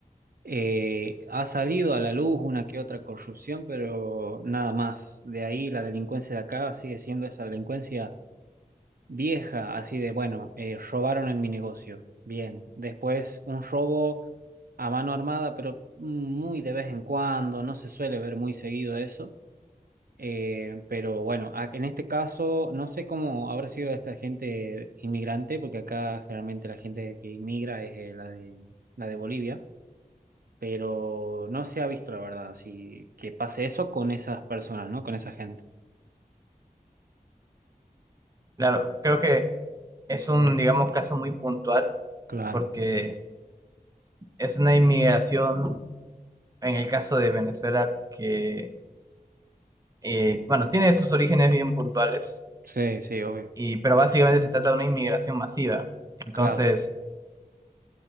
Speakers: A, on the right; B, on the right.
A: Eh, ha salido a la luz una que otra corrupción, pero nada más. De ahí la delincuencia de acá sigue siendo esa delincuencia vieja, así de, bueno, eh, robaron en mi negocio. Bien. Después un robo a mano armada, pero muy de vez en cuando, no se suele ver muy seguido eso. Eh, pero bueno, a- en este caso no sé cómo habrá sido esta gente inmigrante, porque acá generalmente la gente que inmigra es eh, la de, la de Bolivia, pero no se ha visto, la verdad, si que pase eso con esas personas, ¿no? Con esa gente.
B: claro, creo que es un, digamos, caso muy puntual,
A: Claro,
B: porque es una inmigración en el caso de Venezuela, que, eh, bueno, tiene sus orígenes bien puntuales,
A: sí, sí, obvio,
B: y, pero básicamente se trata de una inmigración masiva. Entonces,
A: claro.